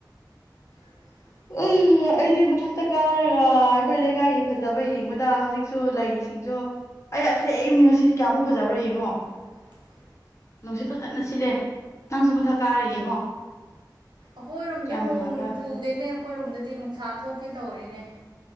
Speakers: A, on the right (about 80°); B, on the left (about 40°).
A: ꯎꯝ
B: ꯎꯝ ꯑꯩꯗꯤ ꯃꯊꯛꯇ ꯀꯥꯔꯒ ꯑꯩꯈꯣꯏ ꯂꯩꯀꯥꯏꯒꯤ ꯐꯖꯕ ꯌꯦꯡꯕꯗ ꯍꯧꯖꯤꯛꯁꯨ ꯂꯩꯁꯤꯡꯁꯨ ꯑꯗꯣ ꯑꯩ ꯑꯁ ꯑꯅꯦ ꯉꯁꯤꯗꯤ ꯀꯌꯥꯃꯨꯛ ꯐꯖꯕ꯭ꯔꯥ ꯌꯦꯡꯉꯣ
A: <unintelligible>
B: ꯅꯪꯁ ꯐꯖꯅ ꯁꯤꯜꯂꯦ ꯅꯪꯁꯨ ꯃꯨꯊꯛ ꯀꯥꯔ ꯌꯦꯡꯉꯣ
A: ꯑꯩꯈꯣꯏꯔꯣꯝꯗ
B: ꯀꯌꯥꯝ
A: ꯅꯣꯡ
B: ꯅꯨꯡꯉꯥꯏꯕ꯭ꯔꯥ ꯍꯥꯏꯕꯗꯣ
A: ꯆꯨꯗꯦꯅꯦ ꯑꯩꯈꯣꯏꯔꯣꯝꯗꯗꯤ ꯅꯨꯡꯁꯥ ꯊꯣꯛꯀꯦ ꯇꯧꯔꯤꯅꯦ